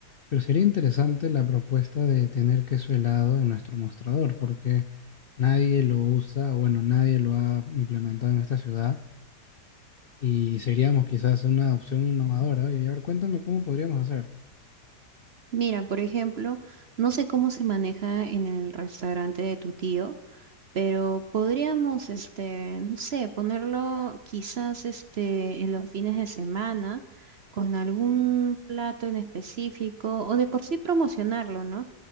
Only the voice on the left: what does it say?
Pero sería interesante la propuesta de tener queso helado en nuestro mostrador porque nadie lo usa, o bueno, nadie lo ha implementado en esta ciudad y seríamos quizás una opción innovadora. Y a ver, cuéntame cómo podríamos hacer.